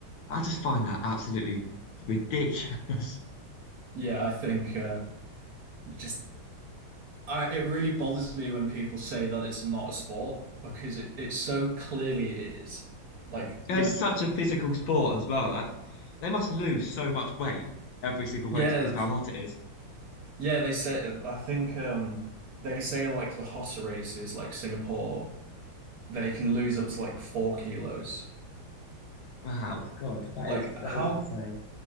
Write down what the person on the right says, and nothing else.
Yeah, I think uh, just I, it really bothers me when people say that it's not a sport because it, it so clearly is. Like
the
yeah
yeah they say I think um they say in like the hotter races like Singapore they can lose up to like four kilos.
Like
how